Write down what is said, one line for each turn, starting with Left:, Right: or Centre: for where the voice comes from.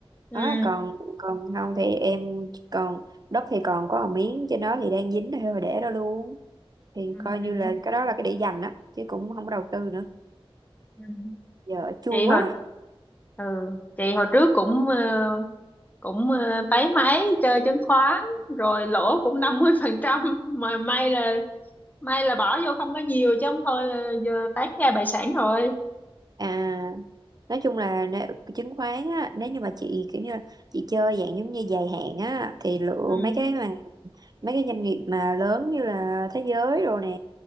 Left: ừ
Right: đó còn còn không thì em còn đất thì còn có một miếng trên đó thì đang dính thôi mà để đó luôn thì
Left: Ừ.
Right: coi như là cái đó là cái để dành á chứ cũng không có đầu tư nữa
Left: Ừ.
Right: giờ chua
Left: Chị
Right: quá
Left: hồi ừ, chị hồi trước cũng ờ, cũng ờ, táy máy chơi chứng khoán rồi lỗ cũng năm mươi phần trăm mà may là may là bỏ vô không có nhiều chứ không thôi là giờ tán ra bại sản rồi.
Right: À, nói chung là nếu, chứng khoán á, nếu như mà chị kiểu như là chị chơi dạng giống như dài hạn á thì lựa
Left: Ừ.
Right: mấy cái mà mấy cái doanh nghiệp mà lớn như là thế giới rồi nè